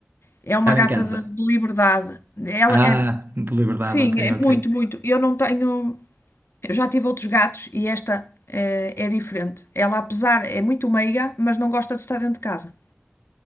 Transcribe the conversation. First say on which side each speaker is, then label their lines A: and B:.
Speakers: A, on the left (about 75°); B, on the right (about 55°).
A: É
B: Estar
A: uma gata
B: em casa.
A: de, de liberdade. Ela
B: Ah,
A: é,
B: de liberdade,
A: sim,
B: ok,
A: é muito,
B: ok.
A: muito. Eu não tenho. Eu já tive outros gatos e esta eh, é, diferente. Ela, apesar, é muito meiga, mas não gosta de estar dentro de casa.